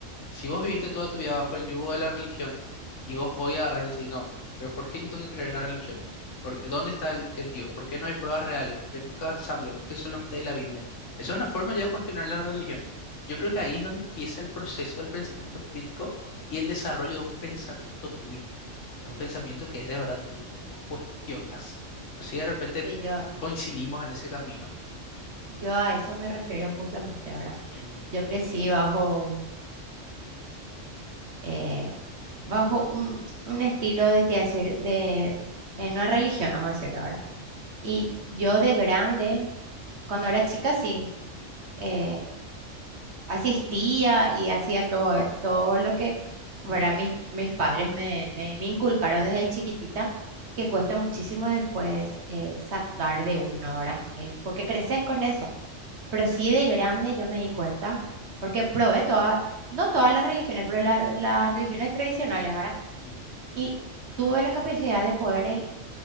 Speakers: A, on the left; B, on the right.
A: Si vos viviste toda tu vida bajo el yugo de la religión y vos hoy agarrás y decís, no, pero ¿por qué yo tengo que creer en la religión? Porque, ¿dónde está el, el Dios? ¿Por qué no hay pruebas reales? ¿Por qué nunca se habló? ¿Por qué solamente hay la Biblia? Esa es una forma ya de cuestionar la religión. Yo creo que ahí es donde empieza el proceso del pensamiento crítico y el desarrollo de un pensamiento tuyo, de un pensamiento que es de verdad tuyo, cuando vos cuestionas. No sé si de repente
B: sí, yo,
A: coincidimos en ese camino.
B: yo a eso me refiero justamente ahora.
A: Ujú,
B: Yo crecí bajo, un, eh, bajo un, un estilo de, te decir, de eh, no es religión, vamos a decir ahora. Y yo de grande cuando era chica sí, eh, asistía y hacía todo, eh, todo lo que, ¿verdad? Mis, mis padres me, me, me inculcaron desde chiquitita, que cuesta muchísimo después eh, sacar de una hora, eh, porque creces con eso. Pero sí de grande yo me di cuenta, porque probé todas, no todas las religiones, pero la- las religiones tradicionales, ¿verdad?
A: ujú,
B: Y tuve la capacidad de poder el-